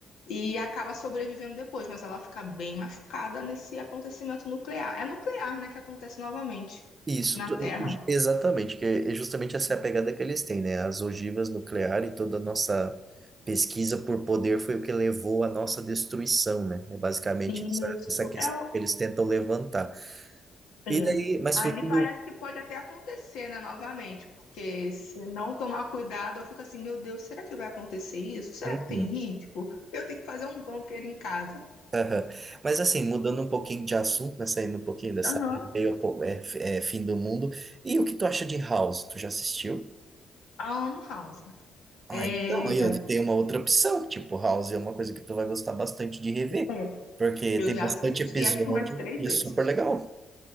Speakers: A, on the left (about 80°); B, on the right (about 35°).
A: E acaba sobrevivendo depois, mas ela fica bem machucada nesse acontecimento nuclear. É nuclear, né, que acontece novamente
B: Isso,
A: na
B: tu-
A: Terra.
B: exatamente, que é justamente essa é a pegada que eles têm, né? As ogivas nucleares e toda a nossa pesquisa por poder foi o que levou à nossa destruição, né? É basicamente
A: Isso.
B: essa, essa questão
A: É,
B: que eles tentam levantar.
A: É.
B: E daí, mas
A: Ali
B: fugindo.
A: parece que pode até acontecer, né, novamente, porque se não tomar cuidado, eu fico assim, meu Deus, será que vai acontecer isso? Será
B: Uhum,
A: que tem risco? Eu tenho que fazer um bunker em casa.
B: aham. Mas assim, mudando um pouquinho de assunto, né? Saindo um pouquinho dessa
A: Aham.
B: meio, po- é, f- é, fim do mundo. E o que tu acha de House? Tu já assistiu?
A: Amo House. É,
B: Ah, então, aí ó, tu tem uma outra opção, tipo, House é uma coisa que tu vai gostar bastante de rever,
A: É.
B: porque
A: eu
B: tem
A: já
B: bastante
A: assisti
B: episódio
A: acho que mais três
B: e
A: vezes.
B: é super legal.